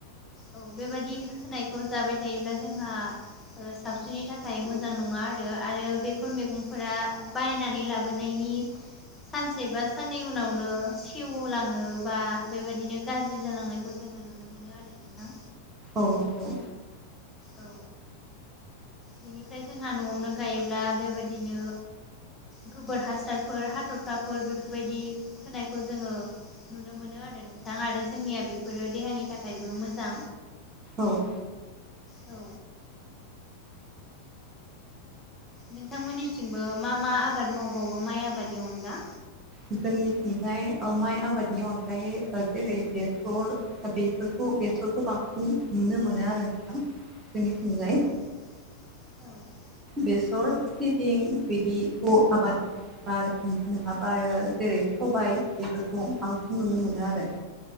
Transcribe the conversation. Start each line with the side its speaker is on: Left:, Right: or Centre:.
Left: औ बेबादि होनायखौ जाबाय थायोब्ला जोंहा सावस्रिनि था खाय मोजां नङा आरो आरो बेफोर मैगंफोरा बायनानै लाबोनायनि सानसे बा साननै उनावनो सेवलाङो बा बे बादिनो गाज्रि जालांङो खौ जोङो नुनो मोनो आरो नोंथां।
Right: औ नोंगौ।
Left: औ। बिनिफ्राय जोंहा न'आवनो गायोब्ला बेबादिनो गोबोर हासारफोर हाथफ्लाफोर बेफोर बादि होनायखौ जोङो नुनो मोनो आरो नोंथां आरो जोंनिया बेफोरो देहानि थाखायबो मोजां।
Right: औ।
Left: ओ नोंथांमोननिथिंबो मा मा आबाद मावबावो माइ आबादनि अनगा
Right: जोंनिथिंजाय माइ आबादनि अनगायै जेरै बेसर दा बेफोरखौ बेसरफोरखौ बांसिन नुनो मोनो आरो नोंथां। जोंनिथिंजाय
Left: औ।
Right: बेसर सिबिं बादिखौ आबाद बार आरो बार जेरै सबाय बेफोरखौ बांसिन नुनो मोनो आरो